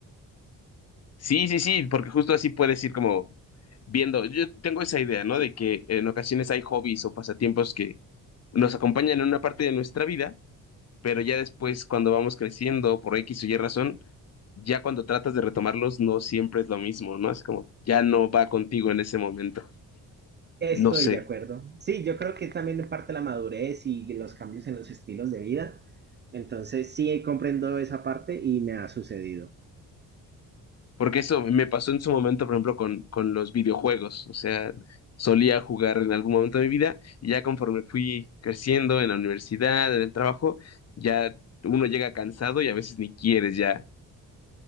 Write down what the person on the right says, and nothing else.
Estoy
de acuerdo. Sí, yo creo que también en parte la madurez y los cambios en los estilos de vida. Entonces, sí, comprendo esa parte y me ha sucedido.